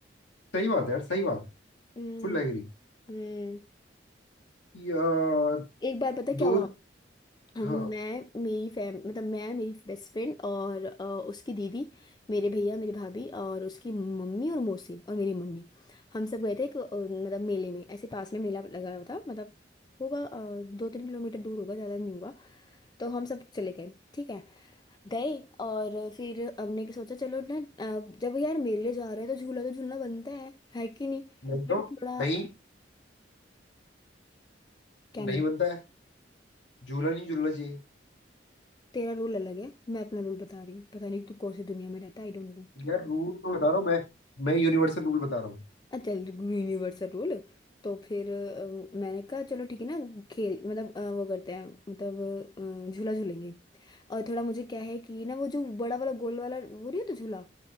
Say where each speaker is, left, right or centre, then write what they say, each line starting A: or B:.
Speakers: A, on the left (about 80°); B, on the left (about 25°).
A: सही बात है यार सही बात है
B: हम्म
A: Full agree
B: हम्म
A: यार
B: एक बार पता क्या
A: दो
B: हुआ हम
A: हाँ
B: मैं मेरी फैम मतलब मैं मेरी बेस्ट फ्रेंड और अ, उसकी दीदी मेरे भैया मेरी भाभी और उसकी मम्मी और मौसी और मेरी मम्मी हम सब गए थे एक अ, मतलब मेले में ऐसे पास में मेला लगा हुआ था मतलब होगा अ, दो तीन किलोमीटर दूर होगा ज़्यादा नहीं होगा तो हम सब चले गए ठीक है गए और फिर हमने कि सोचा चलो ना अ, जब यार मेले जा रहे हैं तो झूला तो झूलना बनता है है कि नहीं
A: नहीं
B: बट
A: तो
B: थोड़ा
A: नहीं
B: क्या
A: नहीं
B: नहीं
A: बनता है झूला नहीं झूलना चाहिए
B: तेरा रूल अलग है मैं अपना रूल बता रही हूँ पता नहीं तू कौन सी दुनिया में रहता है आई डोंट नो
A: यार रूल तो बता रहा हूँ मैं मैं यूनिवर्सल रूल बता रहा हूँ
B: चल Universal rule तो फिर अ, मैंने कहा चलो ठीक है ना खेल मतलब अ, वो करते हैं मतलब अ, झूला झूलेंगे और थोड़ा मुझे क्या है कि ना वो जो बड़ा वाला गोल वाला वो नहीं होता झूला